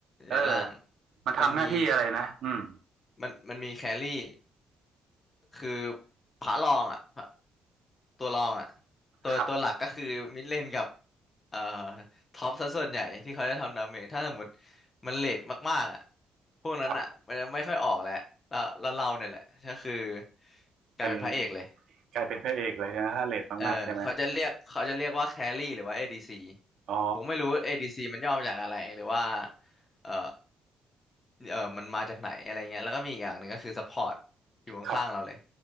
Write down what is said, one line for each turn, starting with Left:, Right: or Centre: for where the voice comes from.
Left: เลนล่าง
Right: เออมันทำหน้าที่อะไรนะอืม
Left: มันมีมันมันมีแครี่ คือพระรองอ่ะพระตัวรองอ่ะตัวตัวหลักก็คือมิดเลนกับ
Right: ครับ
Left: เอ่อท็อปซะส่วนใหญ่ที่เขาจะทำดาเมจถ้าสมมติมันเลทมากๆอ่ะพวกนั้นอ่ะมันจะไม่ค่อยออกแล้วแล้วแล้วเราเนี่ยแหละก็คือ
Right: ครับ
Left: กลายเป็นพระเอกเลย
Right: เป็นกลายเป็นพระเอกเลยนะถ้าเลทมากๆใช่ไหม
Left: เออเขาจะเรียกเขาจะเรียกว่าแครี่หรือว่า ADC
Right: อ๋อ
Left: ผมไม่รู้ ADC มันย่อมาจากอะไรหรือว่าเออเออมันมาจากไหนอะไรเงี้ยแล้วก็มีอีกอย่างหนึ่งก็คือ support อร์ตอยู่ข้างๆเราเลย
Right: ครับ